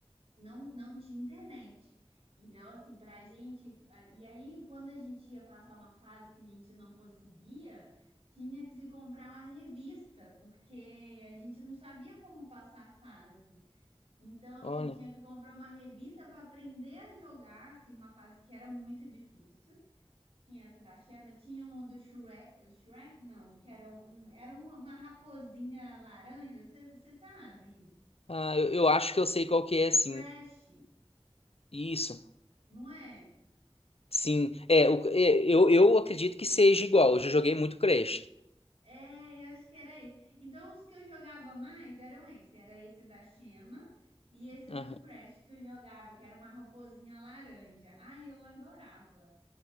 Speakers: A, on the right; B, on the left.
A: não, não tinha internet. Então, assim, para a gente. a- E aí, quando a gente ia passar uma fase que a gente não conseguia, tinha que se comprar uma revista, porque a gente não sabia como passar a fase. Então, assim,
B: Olha,
A: tinha que comprar uma revista para aprender a jogar, assim, uma fase que era muito difícil. Tinha essa da Xena, tinha um do Shrek, Shrek não, que era um, era uma uma raposinha laranja, você sabe?
B: ah, eu, eu acho que eu sei qual que é, sim.
A: Crash,
B: Isso,
A: não é?
B: sim. É, o- é, eu, eu acredito que seja igual. Eu já joguei muito Crash.
A: É, eu acho que era esse. Então, os que eu jogava mais eram esse. Era esse da Xena e esse
B: Aham.
A: do Crash que eu jogava, que era uma raposinha laranja. Ai, eu adorava.